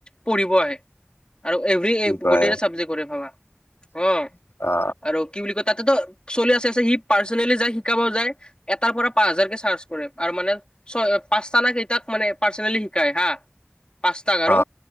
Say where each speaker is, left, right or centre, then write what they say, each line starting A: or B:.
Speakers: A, on the left; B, on the left.
A: পঢ়িব আহে আৰু এভৰী
B: কি কয়
A: গোটেইকেইটা চাবজেক্টৰে ভাবা অ
B: অ
A: আৰু কি বুলি কয় তাতে ত চলি আছে আছে সি পাৰ্চনেলি যাই শিকাব যায় এটাৰ পৰা পাঁচ হাজাৰ কে চাৰ্জ কৰে পাৰমানেন ছয় পাঁচটা না কেইটাক মানে পাৰ্চনেলি শিকায় হা পাঁচটাক আৰু
B: অ